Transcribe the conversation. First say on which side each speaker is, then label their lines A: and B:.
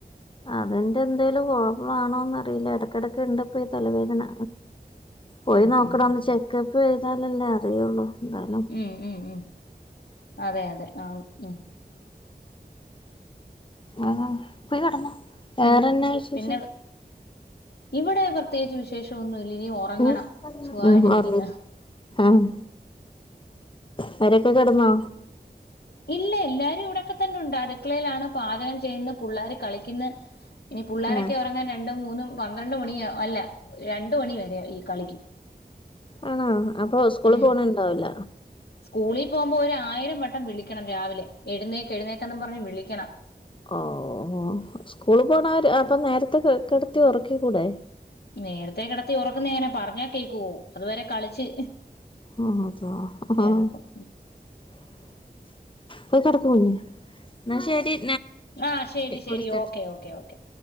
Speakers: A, on the left; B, on the left.
A: അതിന്റെ എന്തേലും കുഴപ്പാണോന്ന് അറിയില്ല ഇടക്കിടക്ക് ഇണ്ട്പ്പോ ഈ തലവേദന പോയി
B: ഉം
A: നോക്കണം
B: ഉം
A: ഒന്ന് ചെക്കപ്പ് ചെയ്താലല്ലേ അറിയുള്ളൂ എന്താലും
B: ഉം ഉം ഉം അതെ അതെ ആഹ് ഉം
A: ആഹ് പോയി കിടന്നോ വേറെന്നാ
B: പിന്ന്
A: വിശേഷം?
B: പിന്നെ ഇവിടെ ഇവർ പ്രത്യേകിച്ച് വിശേഷമൊന്നുമില്ല ഇനി ഉറങ്ങണം
A: ഉം
B: സുഖായിട്ടിരിക്കുന്ന്
A: ഉം ഉറങ്ങി. ആഹ് അവരൊക്കെ കിടന്നോ
B: ഇല്ല എല്ലാരും ഇവിടെക്കെ തന്നെ ഉണ്ട് അടുക്കളയിലാണ് പാചകം ചെയ്യുന്ന് പിള്ളാര് കളിക്കുന്ന് ഇനി പിള്ളോരൊക്കെ
A: ആഹ്
B: ഉറങ്ങാൻ രണ്ടും മൂന്നും പന്ത്രണ്ട് മണിയാ അല്ല രണ്ട് മണി വരെയാ ഈ കളി
A: ആണോ അപ്പൊ സ്കൂളിൽ
B: ഉം
A: പോണുണ്ടാവില്ല
B: സ്കൂളിൽ പോകുമ്പോൾ ഒരു ആയിരം വട്ടം വിളിക്കണം രാവിലെ എഴുന്നേക്ക എഴുന്നേക്കന്ന് പറഞ്ഞ് വിളിക്കണം
A: ഓഹ് ഓഹ് സ്കൂൾ പോണ അപ്പം നേരത്തെ കിടത്തി ഉറക്കി കൂടെ
B: നേരത്തെേ കിടത്തി ഉറക്കുന്ന എങ്ങനെ പറഞ്ഞാൽ കേൾക്കുവോ അതുവരെ കളിച്ച്
A: ആഹ് അത
B: കിടക്കും
A: അഹ്
B: ഉം
A: പോയി കിടക്കെ മോനെ എന്നാ ശരി
B: ആ ശരി ശരി
A: വിളിക്കട്ടോ
B: ഓക്കെ ഓക്കേ ഓക്കെ